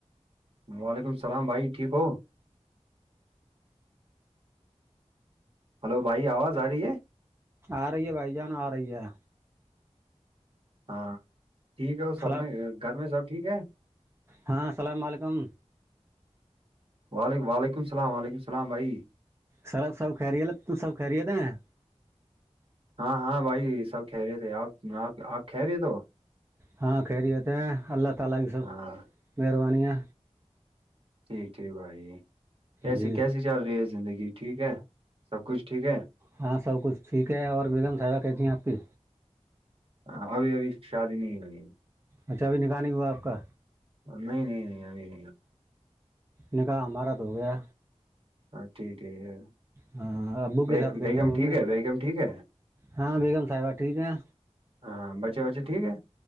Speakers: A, on the right (about 50°); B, on the right (about 20°).
A: وعلیکم السلام بھائی ٹھیک ہو ہلو بھائی آواز آ رہی ہے
B: آ رہی ہے بھائی جان آ رہی ہے
A: ہاں ٹھیک ہے وہ سب
B: سلام
A: میں گھر میں سب ٹھیک ہے
B: ہاں السلام علیکم
A: وعلیک وعلیکم السلام علیکم السلام بھائی
B: سرب سب خریے ل تو سب خریے د ہیں
A: ہاں ہاں بھائی سب کہہ رہے تھے آپ آپ آپ کہ رہے تو
B: ہاں خیری ہوتے ہیں اللہ تعالی کی سب
A: ہاں
B: مہربانی ہے
A: ٹھیک ٹھیک بھائی کیسی
B: جی
A: کیسی چل رہی ہے زندگی ٹھیک ہے سب کچھ ٹھیک ہے
B: ہاں سب کچھ ٹھیک ہے اور بیگم سوا کیتی ہیں آپ کی
A: ہاں ابھی ابھی شادی نہیں ہونی
B: اچھابھی نکانی ہوا آپ کا
A: نہیں نہیں نہیں ا
B: نکاح مارت ہو گیا
A: ہاں ٹھ ٹھ ہے <unintelligible>
B: ہاں ابو
A: بے-
B: کے سات کہی
A: بیگم
B: ہیں بولے
A: ٹھیک ہے بیگم ٹھیک ہے
B: ہاں بیگم صاحبہ ٹھیک ہیں
A: ہاں بچے وچے ٹھیک ہے